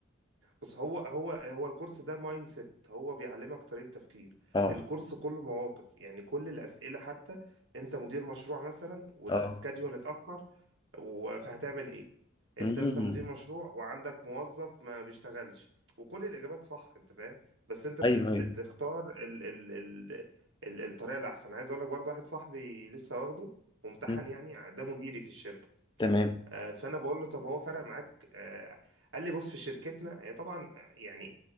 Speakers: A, on the right; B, on the left.
A: بس هو هو هو الكورس ده مايند سيت هو بيعلمك طريقة تفكير
B: اه
A: الكورس كله مواقف يعني كل الأسئلة حتى انت مدير مشروع مثلا والسكاديول
B: اه
A: اتأخر و- فهتعمل ايه انت
B: مم.
A: مثلا مدير مشروع وعندك موظف ما بيشتغلش وكل الاجابات صح انت فاهم بس انت بت
B: ايوه ايوه
A: بتختار ال ال ال ال الطريقه الاحسن عايز اقول لك برضه واحد صاحبي لسه واخده وامتحن
B: مم.
A: يعني ده مديري في الشركه
B: تمام
A: آه، فانا بقول له طب هو فرق معاك آه، قال لي بص في شركتنا هي طبعا يعني